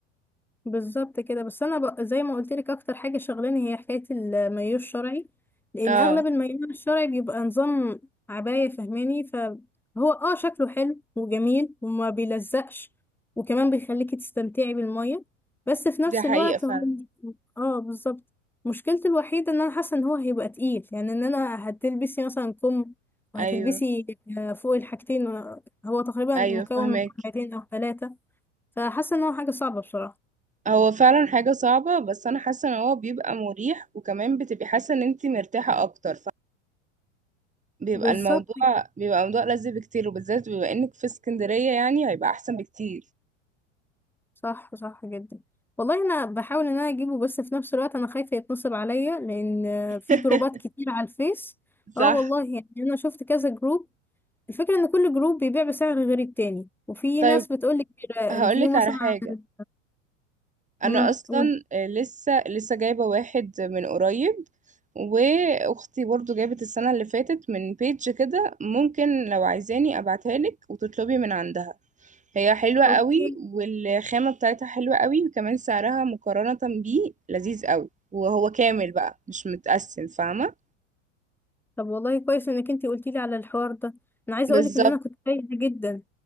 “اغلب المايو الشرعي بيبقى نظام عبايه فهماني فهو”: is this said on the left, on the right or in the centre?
Centre